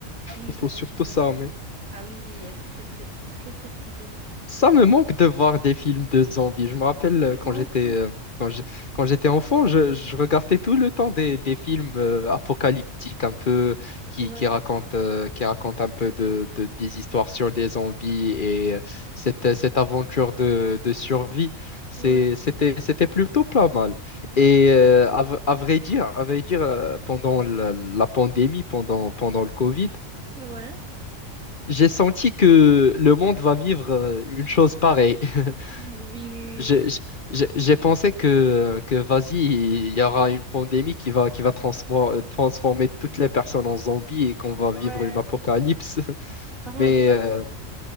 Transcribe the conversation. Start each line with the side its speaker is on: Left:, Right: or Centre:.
Right: ah oui,
Left: Il
Right: ça,
Left: faut surtout
Right: c'est différent.
Left: s'armer.
Right: Ah oui, oui, être très, très, très, très stratégique, je
Left: Ça
Right: dirais, mais.
Left: me manque de voir des films de zombies. Je me rappelle euh, quand
Right: Moi
Left: j'étais
Right: aussi, hein.
Left: euh, quand je- quand j'étais enfant, je, je regardais tout le temps des, des films euh, apocalyptiques un peu qui,
Right: Ouais,
Left: qui racontent euh, qui racontent un peu de, de- des histoires sur des zombies et euh, cette, cette aventure de, de survie. C'est-
Right: ouais.
Left: c'était c'était plutôt pas mal. Et euh, à, v- à vrai dire, à vrai dire euh, pendant la, la pandémie, pendant pendant le Covid,
Right: Ouais, ouais.
Left: j'ai senti que le monde va vivre euh, une chose pareille. <laughs>
Right: Oui, oui,
Left: J'ai j'ai- j'ai pensé que, que vas-y, il y aura une pandémie qui va, qui va transmo- transformer toutes les personnes en zombies et qu'on va vivre
Right: oui. Ouais.
Left: une apocalypse. <laughs>
Right: Franchement,
Left: Mais
Right: on n'était pas
Left: euh,
Right: très loin.